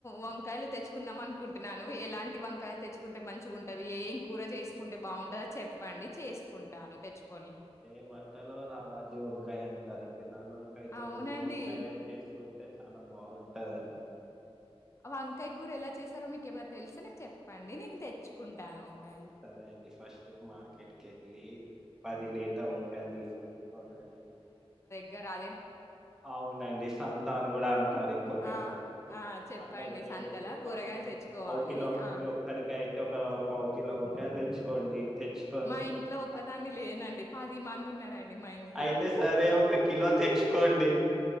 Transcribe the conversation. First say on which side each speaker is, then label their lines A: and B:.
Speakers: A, on the left; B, in the centre.
A: వంకాయలు తెచ్చుకుందాం అనుకుంటున్నాను ఎలాంటి వంకాయలు తెచ్చుకుంటే మంచిగా ఉంటుంది ఏం కూర చేసుకుంటే బాగుంటందో చెప్ పండి చేసుకుంటాను తెచ్చుకొని
B: ఏ వంటలో రా రాజు వంకాయ అంటారండి. అది నల్ల వంకాయతో
A: అవునండి.
B: గుర్తి వంకాయ చేస్కుంటే చాలా బాగుంటదండి.
A: వంకాయ కూర ఎలా చేస్తారో మీకేమన్న తెల్స్తే నాక్ చెప్పండి నేన్ తెచ్చుకుంటాను వంకాయలు.
B: సరే అండి ఫస్ట్ మార్కెట్ కె ల్లీ పది లేత వంకాయలు తీసుకొచ్చుకోవాలండి.
A: గ్గరా
B: అవునండి సంతాన్ గుడా అంటారు ఇంకొకటి
A: ఆ! ఆ! చెప్పండి.
B: అక్కడికెళ్ళి
A: సంతలా కూరగాయలు
B: పా
A: తెచ్చుకోవాలి.
B: పావ్ కిలో
A: ఆ!
B: మీ ఒక్కరికయి ఒక పావు కిలో వంకాయలు తెచ్చుకోండి తెచ్చుకొని
A: మా ఇంట్లో ఒక్కదాన్ని
B: అ-
A: లేనండి పది మంది ఉన్నారం మా ఇంట్ల
B: అయితే సరే ఒక కిలో తెచ్చుకోండి